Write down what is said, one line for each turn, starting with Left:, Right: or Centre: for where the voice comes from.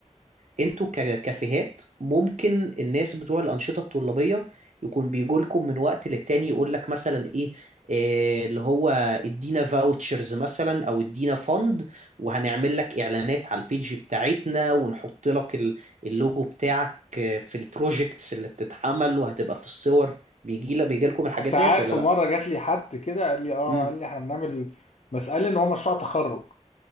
Right: انتوا ك- ككافيهات ممكن الناس بتوع الأنشطة الطلابية يكون بيجولكم من وقت للتاني يقول لك مثلا ايه آه، اللي هو ادينا فاوتشرز مثلا او ادينا فند وهنعمل لك اعلانات على البيج بتاعتنا ونحط لك ال- اللوجو بتاعك آه، في البروجيكتس اللي بتتعمل وهتبقى في الصور بيجي لك بيجي لكم الحاجات
Left: ساعات
Right: ديت ولا
Left: في
Right: لا
Left: مره جات لي حد كده قال لي اه
Right: امم
Left: قال لي احنا بنعمل بس قال لي ان هو مشروع تخرج